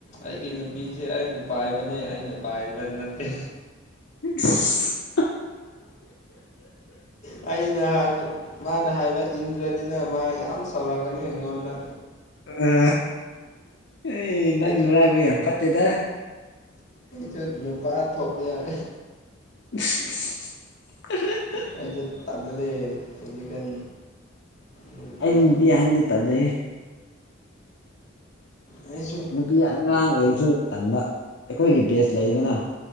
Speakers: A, on the left; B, on the left.
A: ꯑꯩꯒꯤ ꯅꯨꯄꯤꯁꯦ ꯑꯩꯕꯨ ꯄꯥꯏꯕꯅꯦ ꯑꯩꯅ ꯄꯥꯏꯕ ꯅꯠꯇꯦ
B: <unintelligible>
A: ꯑꯩꯅ ꯍꯥꯏꯕ ꯃꯥꯅ ꯍꯥꯏꯕ ꯏꯟꯗ꯭ꯔꯗꯤꯅ ꯃꯥ ꯌꯥꯝ ꯆꯥꯎꯔꯛꯀꯅꯤ ꯑꯩꯉꯣꯟꯗ
B: ꯑ ꯑꯩ ꯅꯪ
A: ꯑꯩꯁꯨ
B: ꯅꯔꯥꯏꯕꯛ ꯌꯥꯝ ꯐꯠꯇꯦꯗ
A: ꯇꯨꯠ ꯅꯨꯄꯥ ꯊꯣꯛꯇꯦꯕ
B: <unintelligible>
A: ꯑꯈꯣꯏꯗꯣ ꯇꯜꯂꯦ ꯍꯧꯖꯤꯛꯀꯥꯟ ꯅꯨꯄꯤꯁꯤꯡꯁꯦ
B: ꯑꯩꯁꯨ ꯅꯨꯄꯤ ꯑꯍꯟꯗꯤ ꯇꯜꯂꯤꯍꯦ
A: ꯑꯩꯁꯨ
B: ꯅꯨꯄꯤ ꯑꯉꯥꯡ ꯑꯣꯏꯕꯁꯨ ꯇꯟꯕ ꯑꯩꯈꯣꯏꯒꯤ ꯕꯦꯖ ꯂꯩꯗꯅ
A: ꯑꯥ